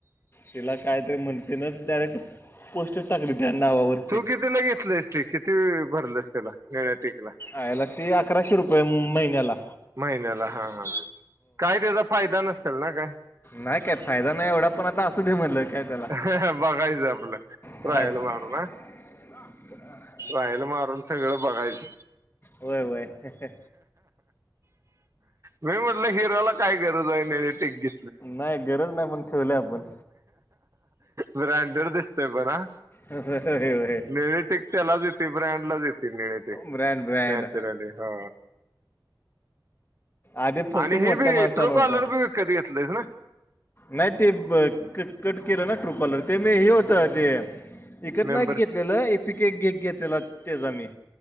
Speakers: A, on the left; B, on the right.
A: तिला कायतरी म्हणते ना डायरेक्ट पोस्ट टाकली त्या नावावर
B: तू कितीला घेतलंस ते किती भरलस त्याला निळ्या टिकला
A: आयला ते अकराशे रुपये मं महिन्याला
B: महिन्याला हा हा काय त्याचा फायदा नसेल ना काय
A: नाय काय फायदा नाय एवढा पण आता असू दे म्हणलं काय त्याला
B: बघायचं आपलं
A: हा
B: ट्रायल मारू नां
A: <unintelligible>
B: ट्रायल मारून सगळं बघायचं.
A: व्हय व्हय
B: मी म्हटलं हिरोला काय गरज आहे निळ्या टिक ची
A: नाय गरज नाय पण ठेवलंय आपण
B: ब्रँडेड दिसतय पण हा
A: होय होय होय
B: निळी टीक त्यालाचं येते ब्रँडलाचं येते निळी टीक
A: ब्रँड ब्रँड
B: नॅचरली हा.
A: आधी फक्त
B: आणि
A: मोठ्या
B: हे बी
A: माणसान
B: ट्रू
A: होत.
B: कॉलर बी विकत घेतलंयस ना
A: नाय ते ब क कट केलं ना ट्रू कॉलर ते मी हे होत ते. ईकत
B: मेंबरशिप
A: नाय घेतलेलं ए पीक घेक घेतलेला त्याचा मी